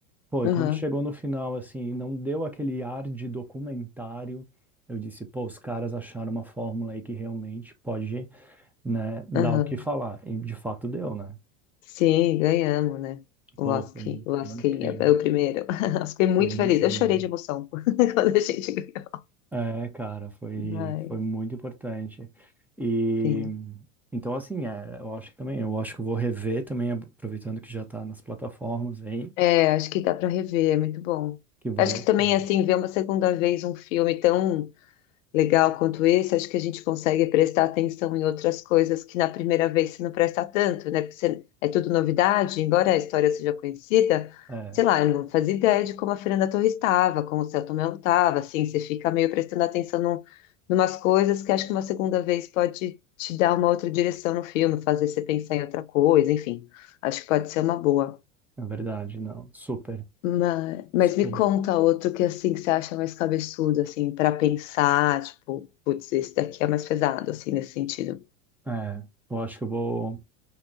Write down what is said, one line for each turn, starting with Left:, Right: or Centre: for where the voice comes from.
Centre: Pô, e quando
Left: Aham,
Centre: chegou no final, assim, não deu aquele ar de documentário, eu disse, pô, os caras acharam uma fórmula aí que realmente pode, né, dar
Left: aham.
Centre: o que falar. E de fato deu, né?
Left: Sim, ganhamos, né? O
Centre: Pô,
Left: Lasquinha,
Centre: foi,
Left: o Lasquinha
Centre: foi incrível,
Left: é o primeiro. <laughs> Eu Fiquei muito
Centre: foi incrível.
Left: feliz. Eu chorei de emoção <laughs> quando a gente ganhou.
Centre: É, cara, foi,
Left: Ai,
Centre: foi muito importante. E
Left: sim.
Centre: então, assim, é, eu acho que também, eu acho que eu vou rever também, aproveitando que já tá nas plataformas aí,
Left: É, acho que dá para rever, é muito bom.
Centre: que vale
Left: Acho que
Centre: a pena.
Left: também, assim, ver uma segunda vez um filme tão legal quanto esse, acho que a gente consegue prestar atenção em outras coisas que na primeira vez você não presta tanto, né? Porque você- é tudo novidade, embora a história seja conhecida,
Centre: É,
Left: sei lá, eu não fazia ideia de como a Fernanda Torres estava, como o Selton Mello estava, assim, você fica meio prestando atenção num, numas coisas que acho que uma segunda vez pode te dar uma outra direção no filme, fazer você pensar em outra coisa, enfim, acho que pode ser uma boa.
Centre: é verdade, não, super,
Left: Mas, mas
Centre: super.
Left: me conta outro que assim que você acha mais cabeçudo, assim, para pensar, tipo, putz, esse daqui é mais pesado, assim, nesse sentido.
Centre: É, eu acho que eu vou,